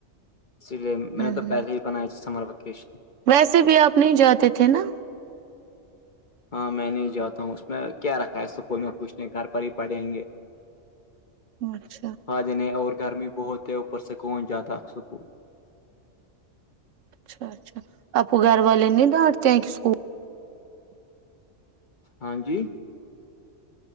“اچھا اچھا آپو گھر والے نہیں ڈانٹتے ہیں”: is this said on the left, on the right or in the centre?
Right